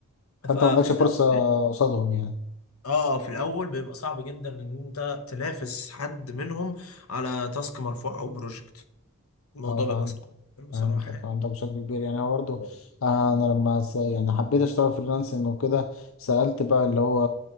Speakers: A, on the left; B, on the left.
A: ففي
B: فانت ما عندكش
A: الأول
B: فرصه قصادهم يعني
A: اه في الأول بيبقى صعب جدا إن أنت تنافس حد منهم على تاسك مرفوع أو بروجكت الموضوع
B: اه فهمت
A: بيبقى صعب بصراحة
B: فهمتك فهمتك
A: يعني
B: بشكل كبير يعني هو برضه
A: م-
B: آه، انا لما س- يعني حبيت اشتغل فريلانسنج وكده سالت بقى اللي هو